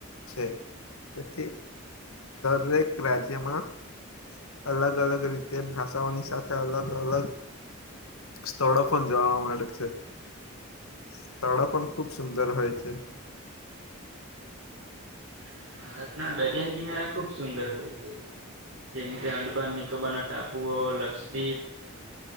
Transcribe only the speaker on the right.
<inaudible> ના દરિયા કિનારે ખુબ સુંદર હોય છે. જેમ કે અંડબા નિકોબાના ટાપુઓ, લક્ષ્પદીપ